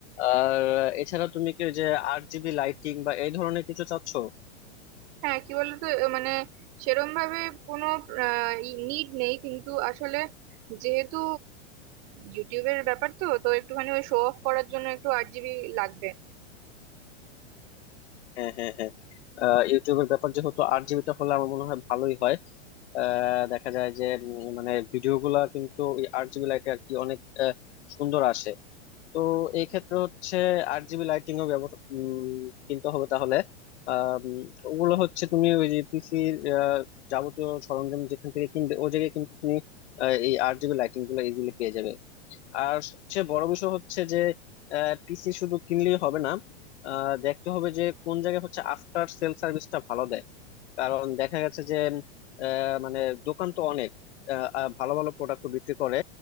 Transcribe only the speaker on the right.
হ্যাঁ কি বলতো এ মানে সেরম ভাবে কোনো নিড নেই কিন্তু আসলে যেহেতু ইউটিউবের ব্যাপার তো তো একটুখানি ওই শো অফ করার জন্য একটু আট জিবি লাগবে